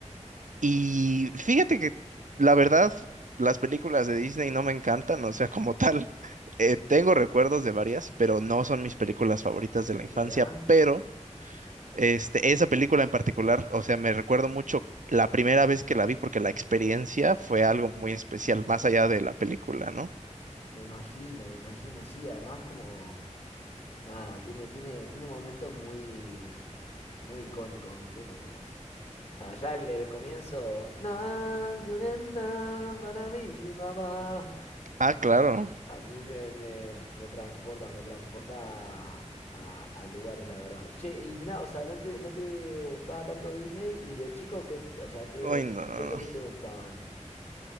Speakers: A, on the right; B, on the left.
A: Y fíjate que la verdad, las películas de Disney no me encantan. O sea, como tal, <laughs> eh, tengo recuerdos de varias, pero no son mis películas favoritas de la
B: Mirá.
A: infancia. Pero este, esa película en particular, o sea, me recuerdo mucho la primera vez que la vi porque la experiencia fue algo muy especial, más allá de la película, ¿no?
B: Me imagino, me imagino, sí, además como nada, tiene tiene tiene momentos muy muy icónicos, ¿viste? Como o sea, ya el, el comienzo "Na, surenda, para mí, sí, mamá".
A: Ah, claro.
B: A mí me, me, me transporta, me transporta a, a- a lugares, la verdad. Che, y mirá, o sea, ¿no te, no te gustaba tanto Disney? Y de chico, ¿qué, o sea, qué,
A: Uy, no, no,
B: qué pelis
A: no.
B: te gustaban?